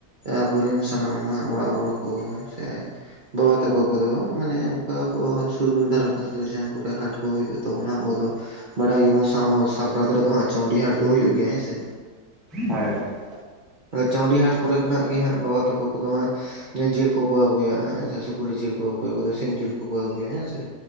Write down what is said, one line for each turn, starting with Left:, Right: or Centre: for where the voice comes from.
Right: ᱟᱵᱚᱨᱮᱱ ᱥᱟᱱᱟᱢ ᱦᱟᱸᱜ ᱚᱲᱟᱜ ᱦᱚᱲ ᱠᱚ ᱥᱮ ᱵᱟᱵᱟ ᱛᱟᱠᱚ ᱠᱚᱫᱚ ᱢᱟᱱᱮ ᱚᱱᱠᱟ ᱟᱵᱚ ᱥᱩᱨᱮᱱ ᱫᱷᱟᱨᱟ ᱯᱟᱥᱮ ᱨᱮ, ᱡᱟᱦᱟᱸ ᱠᱚᱨᱮ ᱦᱟᱴ ᱠᱚ ᱦᱩᱭᱩᱜ ᱛᱟᱵᱚᱱᱟ ᱟᱵᱚ ᱫᱚ ᱵᱟᱲᱟᱭ ᱜᱮᱵᱚᱱ ᱥᱟᱠᱨᱟᱛ ᱨᱮᱫᱚ ᱦᱟᱸᱜ ᱪᱟᱹᱣᱰᱤ ᱦᱟᱴ ᱫᱚ ᱦᱩᱭᱩᱜ ᱜᱮᱭᱟ ᱦᱮᱸ ᱥᱮ
Centre: ᱦᱚᱭ ᱦᱚ <unintelligible>
Right: ᱪᱟᱹᱶᱰᱤ ᱦᱟᱴ ᱠᱚᱨᱮ ᱠᱷᱚᱱᱟᱜ ᱜᱮ ᱦᱟᱸᱜ ᱵᱟᱵᱟ ᱛᱟᱠᱚ ᱠᱚᱫᱚ ᱦᱟᱸᱜ ᱡᱤᱞ ᱠᱚᱠᱚ ᱟᱹᱜᱩᱭᱟ ᱦᱮᱸ ᱥᱮ ᱥᱩᱠᱨᱤ ᱡᱤᱞ ᱠᱚ ᱚᱠᱚᱭ ᱠᱚᱫᱚ ᱥᱤᱢ ᱡᱤᱞ ᱠᱚᱠᱚ ᱟᱹᱜᱩᱭᱟ ᱦᱮᱸ ᱥᱮ